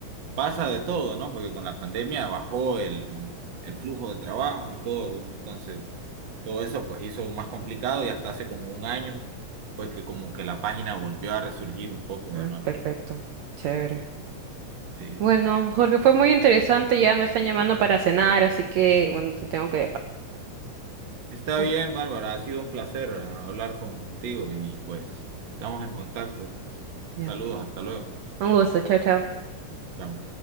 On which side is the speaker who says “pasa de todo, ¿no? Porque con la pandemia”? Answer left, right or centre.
Right